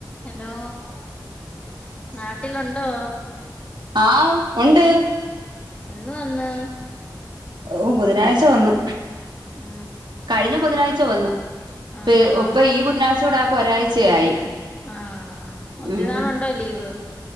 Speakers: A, on the left; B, on the right.
A: Hello നാട്ടിലുണ്ടോ?
B: ആഹ ഉണ്ട്
A: എന്ന് വന്ന്?
B: ഓ ബുധനാഴ്ച വന്നു
A: ഉം
B: കഴിഞ്ഞ ബുധനാഴ്ച വന്ന് ഇപ്പ
A: ആഹ് ആഹ്
B: ഒപ്പ ഈ ബുധനാഴ്ച കൂട ഒരാഴ്ചയായി
A: ആഹ ഒത്തിരിനാളുണ്ടോ
B: ഉം
A: ലീവ്?